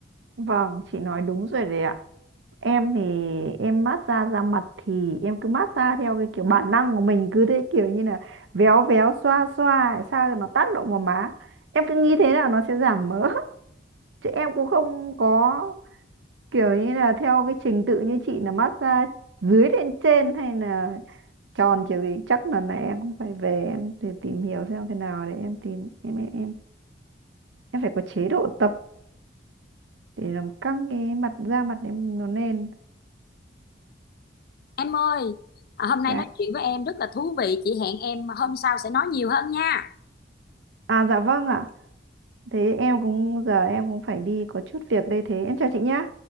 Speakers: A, on the right; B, on the left.
A: Vâng, chị nói đúng rồi đấy ạ. Em thì em mát xa da mặt thì em cứ mát xa theo cái kiểu bản năng của mình cứ thế kiểu như là véo véo xoa xoa để sao cho nó tác động vào má. Em cứ nghĩ thế nào nó sẽ giảm mỡ. <laughs> Chứ em cũng không có kiểu như là theo cái trình tự như chị là mát xa dưới lên trên hay là tròn kiểu gì chắc lần này em cũng phải về em để tìm hiểu xem thế nào để em tìm em em em em phải có chế độ tập để làm căng cái mặt da mặt em nó lên
B: em ơi à, hôm nay
A: dạ
B: nói chuyện với em rất là thú vị chị hẹn em hôm sau sẽ nói nhiều hơn nha
A: à dạ vâng ạ thế em cũng giờ em cũng phải đi có chút việc đây thế em chào chị nhá